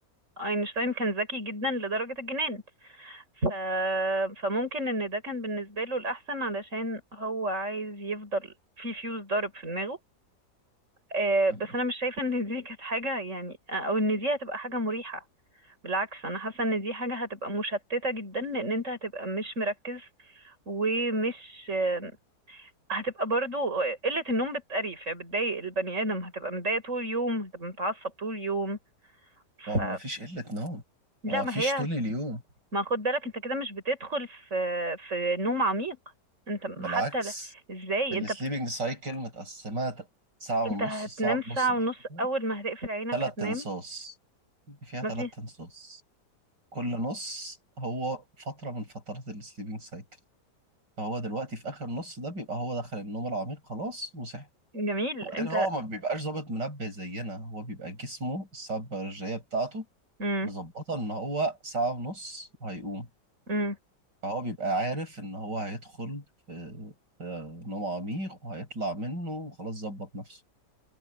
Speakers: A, on the right; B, on the right.
A: اينشتاين كان ذكي جدا لدرجه الجنان ف... فممكن ان ده كان بالنسبه له الاحسن علشان هو عايز يفضل في فيوز ضارب في دماغه آه،
B: <laughs>
A: بس انا مش شايفه ان دي كانت حاجه يعني او ان دي هتبقى حاجه مريحه بالعكس انا حاسه ان دي حاجه هتبقى مشتته جدا لان انت هتبقى مش مركز ومش آه، هتبقى برضو قله النوم بتقريف يعني بتضايق البني ادم هتبقى متضايق طول اليوم هتبقى متعصب طول اليوم
B: هو
A: ف
B: مفيش قلة نوم
A: لا
B: ومفيش
A: ما هي
B: طول اليوم
A: ما خد بالك انت كده مش بتدخل في في نوم عميق انت
B: بالعكس
A: حتى ل- ازاي
B: السليبنج
A: انت بت-
B: سايكل متقسمة ساعة ونص
A: انت هتنام
B: الساعة ونص
A: ساعه
B: دي
A: ونص
B: فيها
A: اول ما هتقفل عينك
B: ثلاث
A: هتنام
B: تنصاص فيها
A: ما
B: ثلاث
A: في
B: تنصاص كل نص هو فترة من فترات السليبنج سايكل فهو دلوقتي في آخر نص ده بيبقى هو دخل النوم العميق خلاص وصحي
A: جميل
B: وبعدين
A: انت
B: هو ما بيبقاش ظابط منبه زينا هو بيبقى جسمه الساعة البيولوجية بتاعته
A: امم
B: مظبطة إن هو ساعة ونص وهيقوم
A: امم
B: فهو بيبقى عارف إن هو هيدخل في في نوم عميق وهيطلع منه وخلاص ظبط نفسه